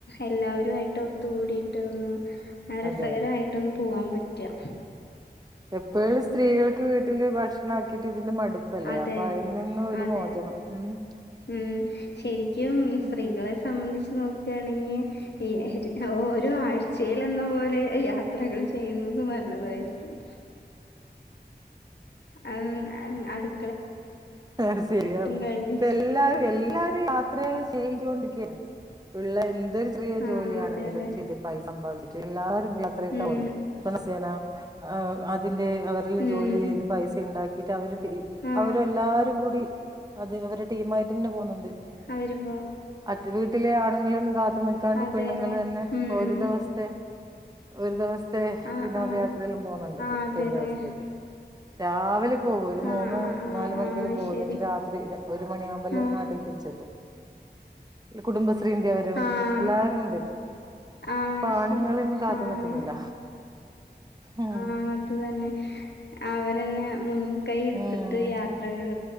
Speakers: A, on the left (about 80°); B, on the right (about 25°).
A: എല്ലാവരുമായിട്ട് ഒത്തുകൂടിയിട്ട് ഒന്ന് രസകരമായിട്ട്
B: അതെ അതെ
A: ഒന്ന് പോവാൻ പറ്റാ
B: എപ്പോഴും സ്ത്രീകൾക്ക് വീട്ടില് ഭക്ഷണം ആക്കീട്ട് ഇതിന്റെ മടുപ്പല്ലേ
A: അതെ
B: അപ്പൊ അതിൽ നിന്നും ഒരു
A: അതെ
B: മോചനം മ്മ്
A: ഉം ശരിക്കും സ്ത്രീകളെ സംബന്ധിച്ച് നോക്കുകയാണെങ്കിൽ ഈ ഓരോ ആഴ്ചയിലെന്ന പോലെ യാത്രകൾ ചെയ്യുന്നത് നല്ല തായിരിക്കും അത് അത് അടുത്ത്
B: ആഹ് ശരിയാന്ന്
A: കഴിഞ്ഞ്
B: ഇപ്പം എല്ലാരും എല്ലാരും യാത്ര ചെയ്തോണ്ടിരിക്കുകയാണ് ഉള്ള എന്തൊരു ചെറിയ
A: ആഹ്
B: ജോലിയാണെങ്കിലും
A: അതെ അതെ
B: ചെയ്തിട്ട് പൈസ സമ്പാദിച്ചിട്ട് എല്ലാരും യാത്രയൊക്കെ
A: ഉം
B: പോന്നേ ദിവസേന അതിന്റെ അവരെല്ലാം
A: ഉം
B: ജോലി ചെയ്ത് പൈസ ഉണ്ടാക്കിട്ട് അവര്
A: ആഹ്
B: അവര് എല്ലാരും കൂടി അത് അവരുടെ ടീം ആയിട്ട് തന്നെ പോകുന്നുണ്ട്
A: അവരിപ്പോ
B: അത് വീട്ടിലെ ആണുങ്ങളൊന്നും കാത്തു നിക്കാണ്ട്
A: അതെല്ലേ
B: പെണ്ണുങ്ങൾ തന്നെ
A: ഉം
B: ഒരു
A: ഉം
B: ദിവസത്തെേ ഒരു ദിവസത്തെ
A: ആഹ്
B: വിനോദയാത്രയെല്ലാം
A: ആഹ്
B: പോകുന്നുണ്ട്
A: ആഹ്
B: ഒറ്റ
A: അതെല്ലേ
B: ഒരു ദിവസത്തേക്ക് രാവിലെ പോകും ഒരു
A: ആഹ്
B: മൂന്ന്
A: ആഹ് ആഹ്
B: നാല് മണിക്ക്
A: ആഹ്
B: എങ്കിലും പോന്നിട്ട്
A: ശരി
B: രാത്രി ഒരു മണിയെല്ലാം ആകുമ്പോ എല്ലാം
A: ആഹ്
B: നാട്ടിൽ തിരിച്ചെത്തും കുടുംബശ്രീൻ്റെ അവരും
A: ആഹ്
B: എല്ലാവരും ഉണ്ട്
A: ആഹ്
B: ഇപ്പൊ
A: ശരി
B: ആണുങ്ങളൊന്നും കാത്തു
A: ആഹ്
B: നിക്കുന്നില്ല ഉം
A: ആഹ് അത് തന്നെ അവരന്നെ മുൻകൈ എടുത്തിട്ട്
B: ഉം
A: യാത്രകൾ